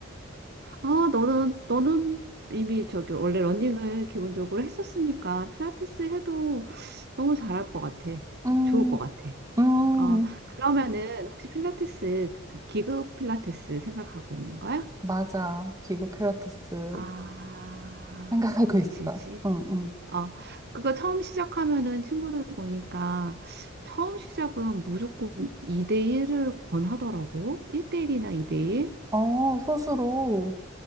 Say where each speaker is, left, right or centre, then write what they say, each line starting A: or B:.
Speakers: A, on the right; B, on the right.
A: 아, 너는 너는 이미 저기 원래 러닝을 기본적으로 했었으니까 필라테스 해도 너무 잘할 것 같아.
B: 음,
A: 좋을 것 같아.
B: 음,
A: 어, 그러면은 혹시 필라테스 그 기구 필라테스 생각하고 있는 거야?
B: 맞아. 기구 필라테스
A: 아,
B: 생각하고 있어.
A: 그치, 그치.
B: 응, 응.
A: 어, 그거 처음 시작하면은 친구들 보니까 처음 시작은 무조건 2대1을 권하더라고. 1대1이나 2대1.
B: 어, 소수로,